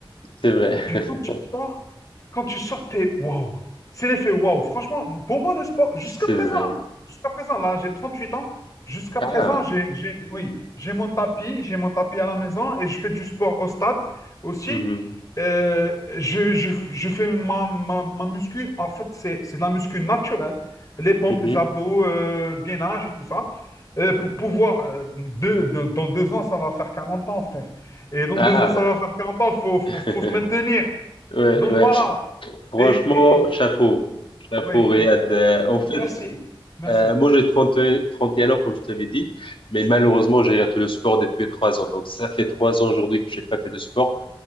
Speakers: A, on the left (about 65°); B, on the left (about 35°).
A: c'est vrai,
B: Et puis
A: <laughs>
B: quand tu sors, quand tu sors, t'es waouh. C'est l'effet waouh. Franchement, pour moi, le sport, jusqu'à
A: c'est
B: présent,
A: vrai.
B: hein, jusqu'à présent, là, j'ai 38 ans. Jusqu'à
A: Ah,
B: présent, j'ai, j'ai- oui, j'ai mon tapis, j'ai mon tapis à la maison et je fais du sport au stade aussi.
A: mhm,
B: Euh, je, je- je fais ma, ma, ma muscu. En fait, c'est, c'est de la muscu naturelle. Les pompes,
A: mhm.
B: les abdos, euh, le gainage et tout ça. Euh, pour pouvoir, euh, deux- deux- dans deux ans, ça va faire 40 ans, frère. Et dans
A: Ah,
B: deux ans, ça va faire 40 ans, faut, faut,
A: <laughs>
B: faut se maintenir.
A: ouais,
B: Donc
A: ouais.
B: voilà.
A: Franchement,
B: Et, et- et-
A: chapeau, chapeau,
B: oui,
A: Riyad.
B: oui,
A: Euh,
B: oui.
A: en fait,
B: Merci, merci.
A: euh, moi j'ai trente trente et trente et un ans, comme je t'avais dit, mais malheureusement,
B: Mhm.
A: j'ai arrêté le sport depuis trois ans. Donc, ça fait trois ans aujourd'hui que j'ai pas fait de sport.